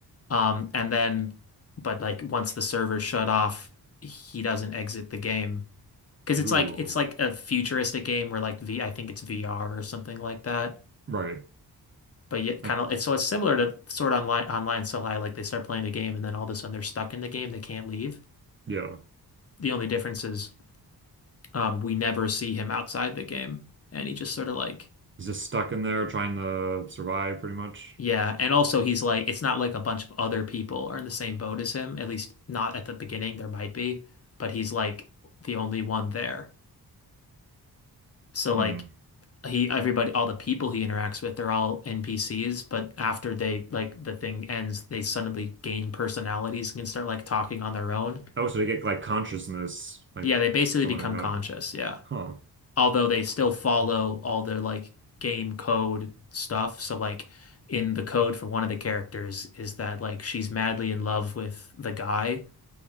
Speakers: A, on the left; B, on the right.
A: um and then but like once the servers shut off he doesn't exit the game because
B: Ooh.
A: it's like it's like a futuristic game where like V I think it's VR or something like that
B: Right.
A: but yet
B: Like,
A: kind of it's so it's similar to Sword Online Online So like they start playing the game and then all of a sudden they're stuck in the game, they can't leave.
B: yeah.
A: The only difference is um we never see him outside the game and he just sort of like
B: He's just stuck in there trying to survive pretty much.
A: yeah, and also he's like it's not like a bunch of other people are in the same boat as him, at least not at the beginning, there might be, but he's like the only one there. So
B: Hmm.
A: like he everybody all the people he interacts with they're all NPCs but after they like the thing ends they suddenly gain personalities and can start like talking on their own
B: Oh, so they get like consciousness, like
A: Yeah, they basically
B: something
A: become
B: like that.
A: conscious, yeah.
B: Huh.
A: Although they still follow all their like game code stuff. So like in the code for one of the characters is that like she's madly in love with the guy.